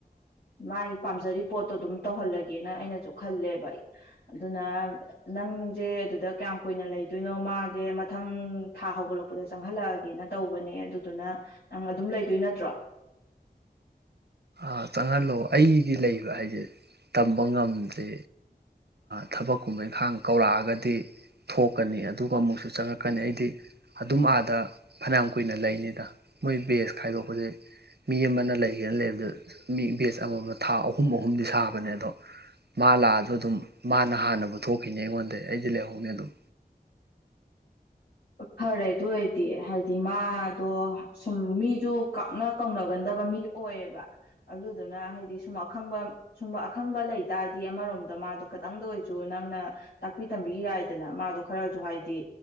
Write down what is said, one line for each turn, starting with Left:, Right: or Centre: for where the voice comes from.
Left: ꯃꯥꯒꯤ ꯄꯥꯝꯖꯔꯤ ꯄꯣꯠꯇꯣ ꯑꯗꯨꯝ ꯇꯧꯍꯜꯂꯒꯦꯅ ꯑꯩꯅꯖꯨ ꯈꯜꯂꯦꯕ ꯑꯗꯨꯅ ꯅꯪꯖꯦ ꯑꯗꯨꯗ ꯀꯌꯥꯝ ꯀꯨꯏꯅ ꯂꯩꯗꯣꯏꯅꯣ ꯃꯥꯖꯦ ꯃꯊꯪ ꯊꯥ ꯍꯧꯒꯠꯂꯛꯄꯗ ꯆꯪꯍꯜꯂꯛꯑꯒꯦꯅ ꯇꯧꯕꯅꯦ ꯑꯗꯨꯗꯨꯅ ꯅꯪ ꯑꯗꯨꯝ ꯂꯩꯗꯣꯏ ꯅꯠꯇ꯭ꯔꯣ
Right: ꯑ ꯆꯪꯍꯜꯂꯣ ꯑꯩꯗꯤ ꯂꯩꯕ ꯍꯥꯏꯖꯦ ꯇꯝꯕ ꯉꯝꯗꯦ ꯊꯕꯛꯀꯨꯝꯕ ꯏꯪꯈꯥꯡ ꯀꯧꯔꯛꯑꯒꯗꯤ ꯊꯣꯛꯀꯅꯤ ꯑꯗꯨꯒ ꯑꯃꯨꯛꯁꯨ ꯆꯪꯉꯛꯀꯅꯤ ꯑꯩꯗꯤ ꯑꯗꯨꯝ ꯑꯥꯗ ꯐꯅꯌꯥꯝ ꯀꯨꯏꯅ ꯂꯩꯅꯤꯗ ꯃꯣꯏ ꯕꯦꯁ ꯈꯥꯏꯗꯣꯛꯄꯁꯦ ꯃꯤ ꯑꯃꯅ ꯂꯩꯒꯦꯅ ꯂꯩꯕ ꯑꯗꯨ ꯃꯤ ꯕꯦꯖ ꯑꯃꯃꯝ ꯊꯥ ꯑꯍꯨꯝ ꯑꯍꯨꯝꯗꯤ ꯁꯥꯕꯅꯦ ꯑꯗꯣ ꯃꯥ ꯂꯥꯛꯑꯖꯨ ꯑꯗꯨꯝ ꯃꯥꯅ ꯍꯥꯟꯅꯕꯨ ꯊꯣꯛꯈꯤꯅꯤ ꯑꯩꯉꯣꯟꯗ ꯑꯩꯗꯤ ꯂꯩꯍꯧꯅꯤ ꯑꯗꯨꯝ
Left: ꯐꯔꯦ ꯑꯗꯨ ꯑꯣꯏꯗꯤ ꯍꯥꯏꯗꯤ ꯃꯥꯗꯣ ꯁꯨꯝ ꯃꯤꯖꯨ ꯀꯛꯅ ꯀꯧꯅꯒꯟꯗꯕ ꯃꯤ ꯑꯣꯏꯌꯦꯕ ꯑꯗꯨꯗꯨꯅ ꯍꯥꯏꯗꯤ ꯁꯨꯝ ꯑꯈꯪꯕ ꯁꯨꯝꯕ ꯑꯈꯪꯕ ꯂꯩ ꯇꯥꯔꯗꯤ ꯑꯃꯔꯣꯝꯗ ꯃꯥꯗꯣ ꯈꯤꯇꯪꯗ ꯑꯣꯏꯖꯨ ꯅꯪꯅ ꯇꯥꯛꯄꯤ ꯇꯝꯕꯤ ꯌꯥꯏꯗꯅ ꯃꯥꯗꯣ ꯈꯔꯖꯨ ꯍꯥꯏꯗꯤ